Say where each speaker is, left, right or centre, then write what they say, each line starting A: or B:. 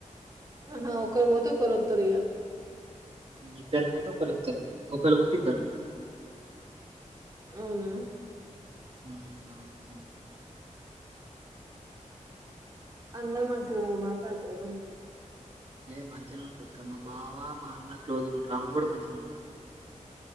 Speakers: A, on the right; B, on the right.
A: ఆహా ఒకరి పోతే ఒకరు అత్తరు ఇగ
B: ఇద్దరు పోతే ఒకళ వస్తరు ఒకళ పోతే ఇద్దరు ఉంటారు
A: అవునా
B: ఆ అవునక్క
A: అందరూ మంచిగా మాట్లాడుతరా మరి
B: ఏ మంచిగా ఉంటారు అక్క మా బావ మా అన్న క్లోజ్గా ఉంటారు అన్న కూడా మంచిగా ఉన్నాడుక్క